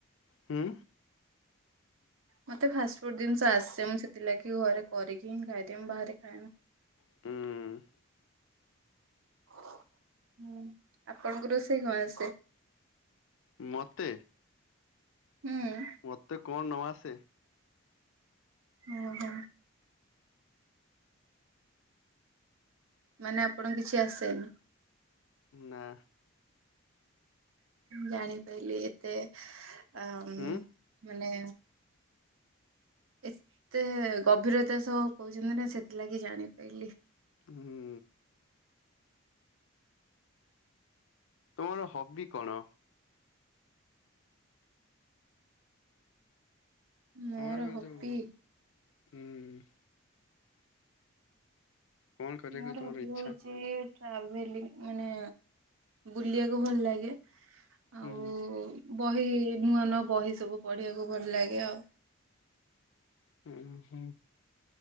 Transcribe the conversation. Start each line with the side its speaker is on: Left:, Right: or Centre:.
Left: ହୁଁ?
Right: ମତେ ଫାଷ୍ଟ ଫୁଡ଼୍ ଦିନିଷ ଆସେ। ମୁଁ ସେଥିଲାଗି ଘରେ କରିକି ହିଁ ଖାଇଦିଏ ମୁଁ ବାହାରେ ଖାଏନି।
Left: ଉଁ।
Right: ହୁଁ ଆପଣଙ୍କୁ ରୋଷେଇ କଁ ଆସେ?
Left: ମତେ?
Right: ହୁଁ।
Left: ମତେ କଣ ନ ଆସେ?
Right: ଓହୋ। ମାନେ ଆପଣଙ୍କୁ କିଛି ଆସେନି।
Left: ନା।
Right: ଜାଣିପାଇଲି ଏତେ ଆ, ଉଁ,
Left: ହୁଁ
Right: ମାନେ ଏତେ ଗଭୀରତା ସହ କହୁଛନ୍ତି ନା ସେଥିଲାଗି ଜାଣିପାଇଲି।
Left: ହୁଁ। ତୁମର ହବି କଣ?
Right: ମୋର
Left: ତୋମର ମାନେ
Right: ହବି
Left: ଯୋଉ ଉଁ, କଣ କରିବାକୁ
Right: ମୋର
Left: ତମର
Right: ହବି
Left: ଇଚ୍ଛା
Right: ହଉଚି ଟ୍ରାଭେଲିଂ ମାନେ ବୁଲିବାକୁ ଭଲ ଲାଗେ। ଆଉ
Left: ହୁଁ।
Right: ବହି ନୂଆ ନୂଆ ବହି ସବୁ ପଢିବାକୁ ଭଲ ଲାଗେ ଆଉ।
Left: ଅଁ, ହଁ।